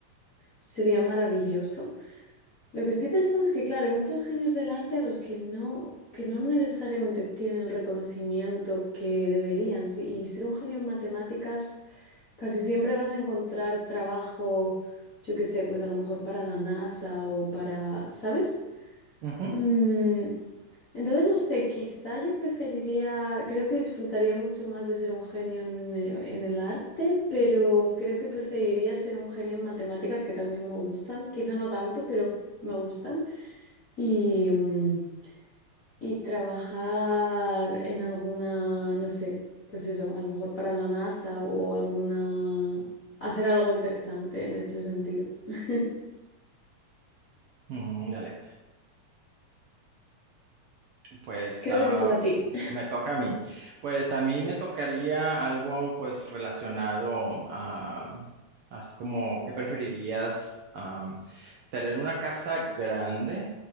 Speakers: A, on the left; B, on the right.
A: sería maravilloso. Lo que estoy pensando es que, claro, hay muchos genios del arte a los que no, que no necesariamente obtienen el reconocimiento que deberían. sí, Y ser un genio en matemáticas, casi siempre vas a encontrar trabajo, yo qué sé, pues a lo mejor para la NASA o para, ¿sabes?
B: Ujú,
A: Mm, entonces, no sé, quizá yo preferiría, creo que disfrutaría mucho más de ser un genio en, eh, en el arte, pero creo que preferiría ser un genio en matemáticas, que también me gustan, quizá no tanto, pero me gustan, y, mm, y trabajar en alguna, no sé, pues eso, a lo mejor para la NASA o alguna, hacer algo interesante en ese sentido. <laughs>
B: mm, dale. Pues
A: Creo
B: ah,
A: que te toca a ti.
B: me toca a mí. Pues a mí me tocaría algo pues relacionado a, así como, ¿qué preferirías? Ah, tener una casa grande,